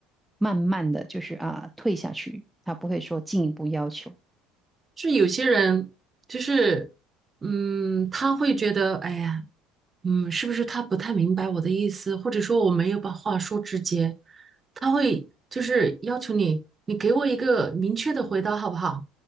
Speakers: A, in the centre; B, on the right (about 25°).
A: 慢慢的就是啊退下去，他不会说进一步要求。
B: 就有些人就是，嗯，他会觉得，哎呀，嗯，是不是他不太明白我的意思，或者说我没有把话说直接，他会就是要求你，你给我一个明确的回答好不好，